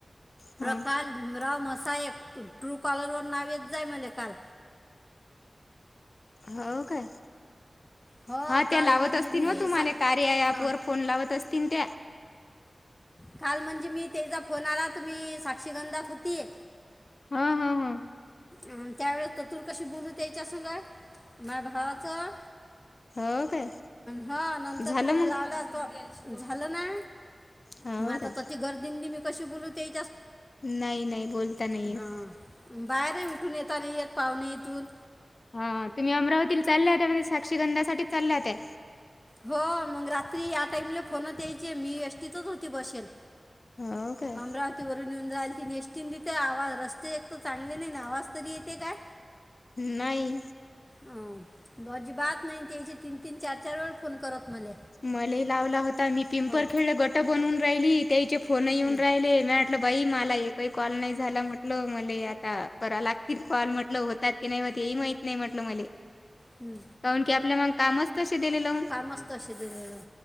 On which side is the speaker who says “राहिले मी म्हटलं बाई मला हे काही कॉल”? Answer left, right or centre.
Left